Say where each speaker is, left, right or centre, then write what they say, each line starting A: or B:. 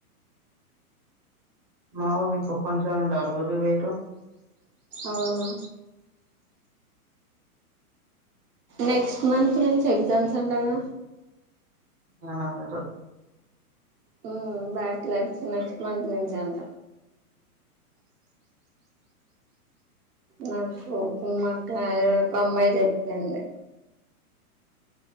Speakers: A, on the right; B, on the right.
A: మా ఒళ్ళు ఇంకో ఫంక్షన్ ఉంటే అల్లుఊరికి పోయిల్లు
B: అవునా నెక్స్ట్ మంత్ నుంచి ఎగ్జామ్స్ అంటగాా
A: ఏమో నాకు తెల్వదు
B: మ్మ్ బ్యాక్ లాగ్స్ నెక్స్ట్ మంత్ నుంచి అంట నాకు మా అక్క ఒక అమ్మాయి చెప్పింది